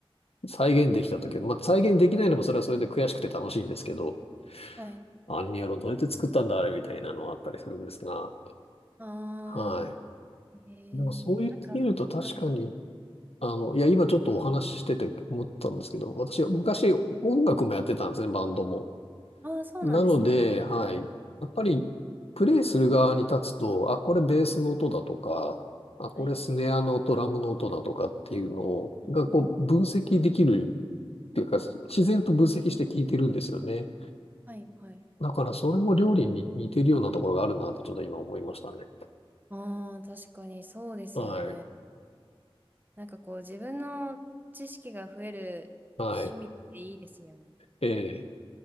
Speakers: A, on the left; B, on the right.
A: 再現できた時まあ、再現できないのもそれはそれで悔しくて楽しいんですけど、
B: はい。
A: あにやろう、どうやって作ったんだ、あれみたいなのはあったりするんですが、
B: ああ。
A: はい。
B: えー、
A: でもそう言ってみると確かに、
B: なんか、はい、
A: あの、いや、今ちょっとお話ししてて思ったんですけど、私は昔音楽もやってたんですね、
B: はい。
A: バンドも。
B: ああ、そうなんですね。
A: なので、はい。やっぱり、プレイする側に立つと、あ、これベースの音だとか、あ、これスネアの音、
B: はい。
A: ラムの音だとかっていうのが、
B: うん
A: こう、分析できるっていうか、自然と分析して聞いてるんですよね。
B: はい、はい。
A: だから、それも料理に似てるようなところがあるなって、ちょっと今思いましたね。
B: ああ、確かにそうですよね。
A: はい。
B: なんかこう、自分の知識が増える趣味っていいですよね。
A: はい。ええ。